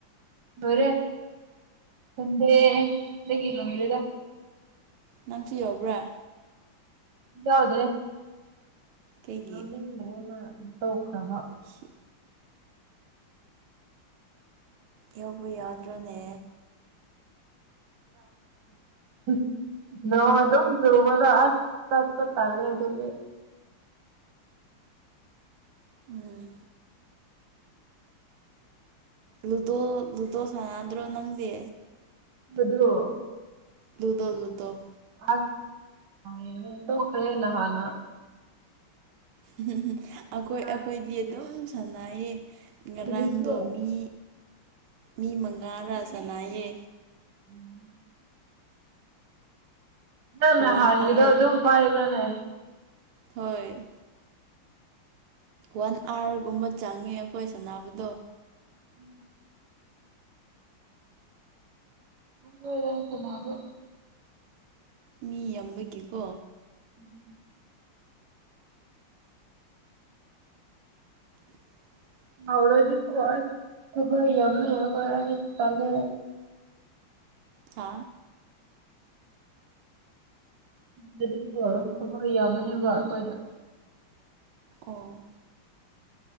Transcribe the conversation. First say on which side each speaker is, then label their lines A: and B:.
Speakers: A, on the right (about 60°); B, on the right (about 85°).
A: ꯔꯦ ꯊꯗꯦꯗ ꯀꯂ ꯑꯣꯏꯔꯦꯗ
B: ꯅꯪꯁꯨ ꯌꯥꯎꯕ꯭ꯔꯥ
A: ꯌꯥꯎꯗ
B: ꯀꯩꯒꯤ
A: ꯅ ꯅꯤꯡ꯭ꯔꯦ ꯅ ꯇꯣꯈ꯭ꯔꯕ
B: ꯁꯤ ꯌꯥꯎꯧꯕ ꯌꯥꯗ꯭ꯔꯅꯦ
A: ꯏ ꯅꯣꯡ ꯑꯗꯨꯝ ꯆꯨꯕꯗ ꯑꯁ ꯆꯠꯄ ꯇꯂꯦ ꯑꯗꯨꯒꯤ
B: ꯎꯝ ꯂꯨꯗꯣ ꯂꯨꯗꯣ ꯁꯥꯟꯅꯗ꯭ꯔꯣ ꯅꯪꯗꯤ
A: ꯃꯗꯨꯑꯣꯣ
B: ꯂꯗꯣ ꯂꯗꯣ
A: ꯑꯁ ꯇꯣ ꯈꯔꯦ ꯅꯍꯅ
B: ꯎ ꯑꯩꯈꯣꯏ
A: ꯁꯅꯥꯅꯤꯡꯗꯦꯗ
B: ꯑꯩꯈꯣꯏꯗꯤ ꯑꯗꯨꯝ ꯁꯥꯟꯅꯌꯦ ꯉꯔꯥꯡꯗꯣ
A: ꯍꯧꯖꯤꯛꯁꯨ
B: ꯃꯤ ꯃꯤ ꯃꯉꯥꯔ ꯆꯅꯥꯏꯌꯦ
A: ꯎꯝ ꯅ ꯅ
B: ꯋꯥꯟ
A: ꯍꯥꯡꯒꯤꯤꯗ
B: ꯑꯥꯋꯔ
A: ꯑꯗꯨꯝ ꯄꯥꯏꯕꯅꯦ
B: ꯍꯣꯏ ꯋꯥꯟ ꯑꯥꯋꯥꯔꯒꯨꯝꯕ ꯆꯪꯉꯤ ꯑꯩꯈꯣꯏ ꯁꯅꯕꯗꯣ
A: ꯎꯝ ꯃꯗ ꯈꯨꯃ ꯑꯗꯨ
B: ꯃꯤ ꯌꯥꯝꯝꯕꯒꯤꯀꯣ
A: ꯎꯝ
B: <inaudible>
A: ꯍꯧꯔꯗꯤꯀꯣ ꯊꯕ ꯌꯥꯝ ꯀꯇꯥꯂꯦ
B: ꯍꯥ
A: ꯗꯤ ꯊꯋꯥꯏ ꯌꯥꯝꯃꯅꯦꯅꯕ ꯑꯩꯈꯣꯏꯅ
B: ꯑꯣ